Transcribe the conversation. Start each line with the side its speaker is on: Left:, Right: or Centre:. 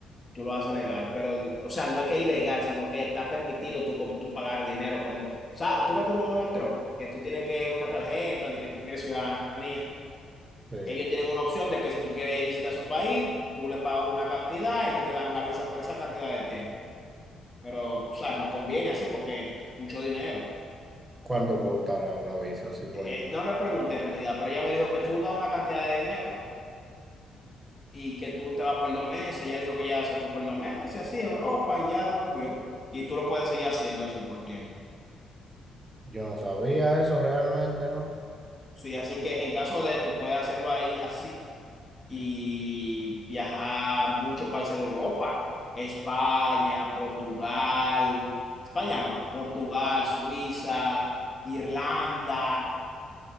Left: tú lo haces legal. Pero, o sea, no es que es ilegal, sino que está permitido tú, com- tú pagar dinero como, o sea, tú ves como Donald Trump, que tú tienes que una tarjeta de que tú quieres ciudadanía.
Right: Sí.
Left: Ellos tienen una opción de que si tú quieres visitar su país, tú le pagas una cantidad, ellos te dan la visa por esa cantidad de tiempo. Pero, o sea, nos conviene así porque mucho dinero.
Right: ¿Cuánto costará una visa? Sí, por...
Left: Eh, no le pregunté en realidad, pero ella me dijo que tú das una cantidad de dinero y que tú te vas por dos meses. Ella dijo que ya se fue por dos meses, así, a Europa y ya volvió. Y tú lo puedes seguir haciendo así por tiempo.
Right: Yo no sabía eso realmente, ¿no?
Left: Sí, así que en caso de tú puedes hacerlo ahí así y viajar a muchos países de Europa. España, Portugal, España no, Portugal, Suiza, Irlanda.